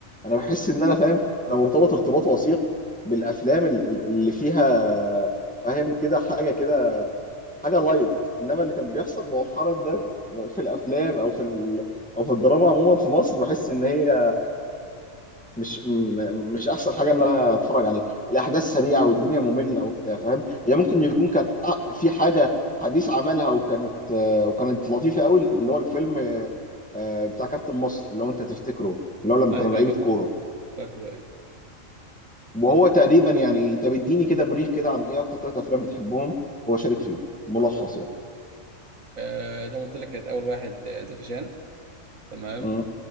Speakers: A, in the centre; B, on the right (about 75°).
A: انا بحس ان انا فاهم انا مرتبط ارتباط وثيق بالافلام ال- ال- اللي فيها فاهم كده حاجه كده حاجه لايت انما اللي كان بيحصل مؤخرا ده في الافلام او في ال... او في الدراما عموما في مصر بحس ان هي مش م- مش احسن حاجه ان انا اتفرج عليها الاحداث سريعه والدنيا ممله وبتاع فاهم هي ممكن يكون كان أ- في حاجه حديث عملها وكانت آه، وكانت لطيفه قوي اللي هو الفيلم آه، بتاع كابتن مصر اللي هو انت تفتكره اللي هو لما
B: ايوه
A: كانوا لعيبه
B: فاكر
A: كوره
B: فاكره أيوة.
A: وهو تقريبا يعني طب اديني كده بريف كده عن ايه اكتر ثلاث افلام بتحبهم هو شارك فيهم ملخص يعني
B: آه، زي ما قلت لك كانت اول واحد آه، زكي شان تمام
A: مم.